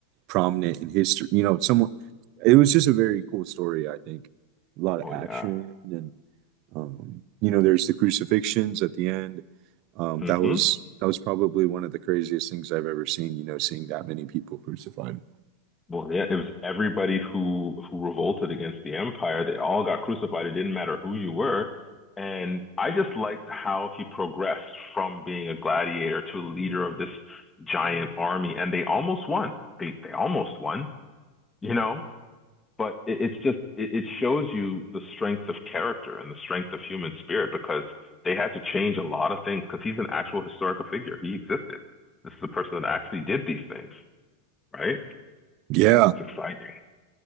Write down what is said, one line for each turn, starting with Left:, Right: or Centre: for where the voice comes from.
Right: prominent in history. You know, someone it was just a very cool story, I think. A lot of
Left: Oh
Right: action
Left: yeah.
Right: and um, you know, there's the crucifixions at the end. Um,
Left: hmm
Right: that was that was probably one of the craziest things I've ever seen, you know, seeing that many people crucified.
Left: Well, yeah, it was everybody who who revolted against the empire. They all got crucified. It didn't matter who you were. And I just liked how he progressed from being a gladiator to a leader of this giant army. And they almost won. They they almost won, you know? But it, it's just it, it shows you the strength of character and the strength of human spirit because they had to change a lot of things because he's an actual historical figure. He existed. This is a person that actually did these things, right?
Right: Yeah.
Left: It's exciting.